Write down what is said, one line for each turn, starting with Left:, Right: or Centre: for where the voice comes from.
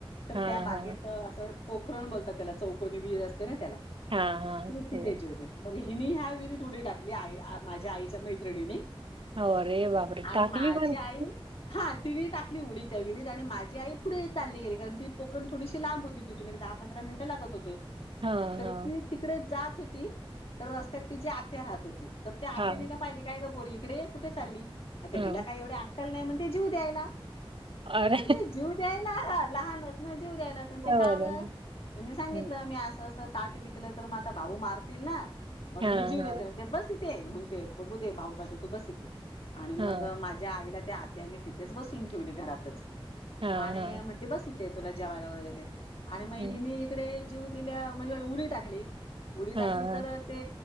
Left: तर
Right: हा हा
Left: त्या बागेत असं. पोखरण बोलतात त्याला चौकनी वीर अस. तला
Right: हा हा
Left: तुर्ती
Right: हो
Left: तेजोवद मग हिनी ह्या विधीत उडी टाकली आई माझ्या आईच्या मैत्रिणीनी
Right: होरे वापरे
Left: आणि
Right: ताकलीफ
Left: माझी आई हा तिने टाकली उडी त्या विरीत आणि माझी आई. चालली गे कारण ती पोरण थोडीशी लांब होती तिथून एक दहा पंधरा मिनट लागत होते.
Right: हा
Left: तर
Right: हा
Left: ती तिकडे जात. हो तर रस्त्यात तिचीी आत्या राहत होती. तर ते आतला
Right: हा
Left: पाहिली काय ोरी इकडे आहे कुठे चालली. आता
Right: हा
Left: हिला काही एवढे आटकल नाही म्हणते जीऊ द्यायला
Right: अरे
Left: त म्हणते जीऊ द्यायला लहानच ना जीव द्यायला ते
Right: बरं.
Left: काग तु सांगितलं
Right: हम्म.
Left: मी असं. ताट विकलं तर मग आता भाऊ मारतील ना. मग
Right: हा
Left: मी जीव
Right: हा
Left: देते ते बस. ते म्हणते ते बघू दे भाक तू बसिते आणि
Right: हा
Left: मग माझ्या आईला त्या आ. त्यांनी तिथेच बसून ठेवले घरातच.
Right: हा
Left: आणि
Right: हा
Left: म्हटले बस इथेच. तुला जेवायला वग देते आणि मग
Right: हम्म.
Left: हि म इकडे जीव दिल्या म्हणजे उडी टाकली उडी टाकली
Right: हा हा
Left: तर ते